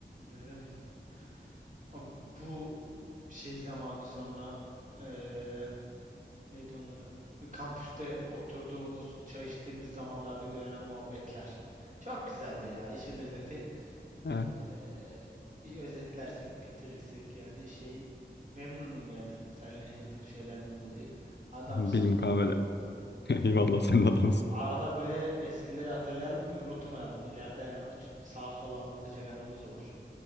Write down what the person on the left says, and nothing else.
Evet.
Bilmukabele. <laughs> Eyvallah sen de adamsın.